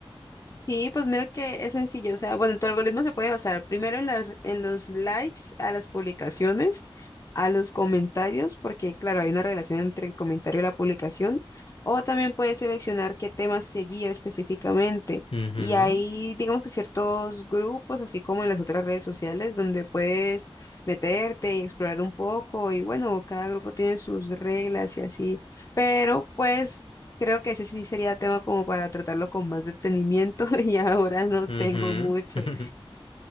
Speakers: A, on the left; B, on the left.
A: Sí, pues mira que es sencillo. O sea, bueno, tu algoritmo se puede basar primero en las, en los likes a las publicaciones, a los comentarios, porque claro, hay una relación entre el comentario y la publicación. O también puedes seleccionar qué temas seguir específicamente.
B: Ujú,
A: Y hay, digamos que ciertos grupos, así como en las otras redes sociales, donde puedes meterte y explorar un poco. Y bueno, cada grupo tiene sus reglas y así. Pero pues... Creo que ese sí sería tema como para tratarlo con más detenimiento <laughs> y ahora no
B: ujú,
A: tengo mucho.
B: ujú. <laughs>